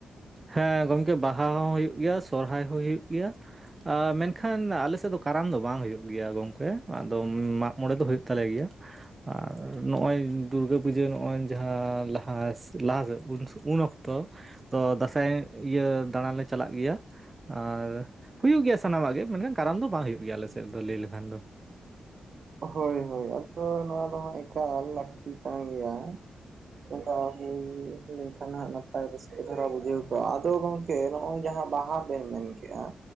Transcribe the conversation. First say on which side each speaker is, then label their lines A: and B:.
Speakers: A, on the right; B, on the right.
A: ᱦᱮᱸ ᱜᱚᱝᱠᱮ ᱵᱟᱦᱟ ᱦᱚᱸ ᱦᱩᱭᱩᱜ ᱜᱮᱭᱟ ᱥᱚᱨᱦᱟᱭ ᱦᱚᱸ ᱦᱩᱭᱩᱜ ᱜᱮᱭᱟ᱾ ᱢᱮᱱᱠᱷᱟᱱ ᱟᱞᱮ ᱥᱮᱫ ᱫᱚ ᱠᱟᱨᱟᱢ ᱫᱚ ᱵᱟᱝ ᱦᱩᱭᱩᱜ ᱜᱮᱭᱟ ᱜᱚᱢᱠᱮ, ᱟᱫᱚ ᱢᱟᱜᱽ ᱢᱚᱬᱮ ᱫᱚ ᱦᱩᱭᱩᱜ ᱛᱟᱞᱮ ᱜᱮᱭᱟ᱾ ᱟᱨ ᱱᱚᱜᱼᱚᱭ ᱫᱩᱨᱜᱟᱹ ᱯᱩᱡᱟᱹ ᱱᱚᱜᱚᱭ ᱡᱟᱦᱟᱸ ᱞᱟᱦᱟ ᱞᱟᱦᱟ ᱥᱮᱫ ᱩᱱ ᱚᱠ ᱛᱚ, ᱫᱟᱸᱥᱟᱭ ᱤᱭᱟᱹ ᱫᱟᱬᱟᱱ ᱞᱮ ᱪᱟᱞᱟᱜ ᱜᱮᱭᱟ ᱟᱨ ᱦᱩᱭᱩᱜ ᱜᱮᱭᱟ ᱥᱟᱱᱟᱢᱟᱜ ᱜᱮ ᱢᱮᱱᱠᱷᱟᱱ ᱠᱟᱨᱟᱢ ᱫᱚ ᱵᱟᱝ ᱦᱩᱭᱩᱜ ᱜᱮᱭᱟ ᱟᱞᱮ ᱥᱮᱫ ᱞᱟᱹᱭ ᱞᱮᱠᱷᱟᱱ ᱫᱚ᱾
B: ᱦᱳᱭ ᱦᱳᱭ ᱟᱫᱚ ᱱᱚᱣᱟ ᱫᱚ ᱦᱟᱸᱜ ᱮᱠᱟᱞ ᱞᱟᱹᱠᱛᱤ ᱠᱟᱱ ᱜᱮᱭᱟ᱾ ᱳᱠᱟ ᱦᱩᱭ ᱞᱮᱱᱠᱷᱟᱱ ᱦᱟᱸᱜ ᱱᱟᱯᱟᱭ ᱨᱟᱹᱥᱠᱟᱹ ᱫᱷᱟᱨᱟ ᱵᱩᱡᱷᱟᱹᱣ ᱠᱚᱜᱼᱟ᱾ ᱟᱫᱚ ᱜᱚᱝᱠᱮ ᱱᱚᱜᱼᱚᱭ ᱡᱟᱦᱟᱸ ᱵᱟᱦᱟ ᱵᱮᱱ ᱢᱮᱱᱠᱮᱜᱼᱟ